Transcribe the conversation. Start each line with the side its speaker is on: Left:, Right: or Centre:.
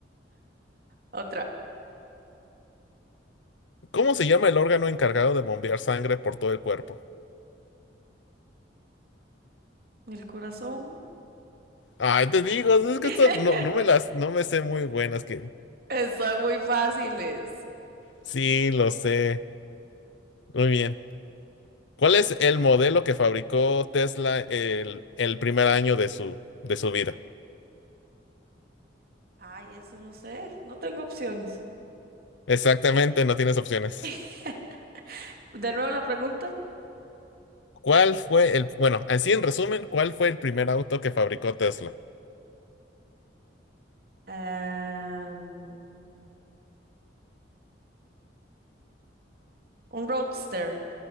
Right: Otra.
Left: ¿Cómo se llama el órgano encargado de bombear sangre por todo el cuerpo?
Right: El corazón.
Left: Ay, te digo, es que
Right: <laughs>
Left: esto no, no me las, no me sé muy buenas que.
Right: Están muy fáciles.
Left: Sí, lo sé. Muy bien. ¿Cuál es el modelo que fabricó Tesla el, el primer año de su, de su vida?
Right: Ay, eso no sé. No tengo opciones.
Left: Exactamente, no tienes opciones.
Right: <laughs> De nuevo la pregunta.
Left: ¿Cuál fue el, bueno, así en resumen, ¿cuál fue el primer auto que fabricó Tesla?
Right: Em, un Roadster